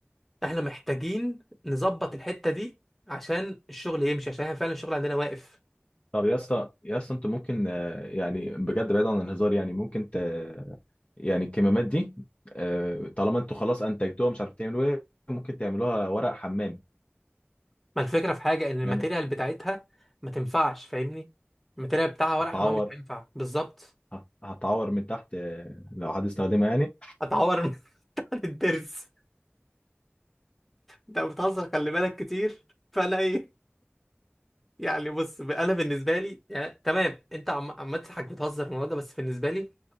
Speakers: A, in the centre; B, on the left (about 30°).
A: احنا محتاجين نظبط الحته دي عشان الشغل يمشي عشان احنا فعلا الشغل عندنا واقف
B: طب يا اسطى يا اسطى انتوا ممكن آه، يعني بجد بعيد عن الهزار يعني ممكن ت... يعني الكمامات دي آه، طالما انتوا خلاص انتجتوها مش عارف تعملوا ايه ممكن تعملوها ورق حمام
A: ما الفكره في حاجه ان الماتيريال
B: يعني
A: بتاعتها ما تنفعش فاهمني الماتيريال بتاعها ورق
B: هتعور
A: حمام مش هينفع بالظبط
B: هت- هتعور من تحت آه، لو حد استخدمها يعني
A: هتعور <laughs> من الدرس انت بتهزر خلي بالك كتير فانا ايه يعني بص انا بالنسبه لي يعني تمام انت عم عم تضحك بتهزر في الموضوع ده بس بالنسبه لي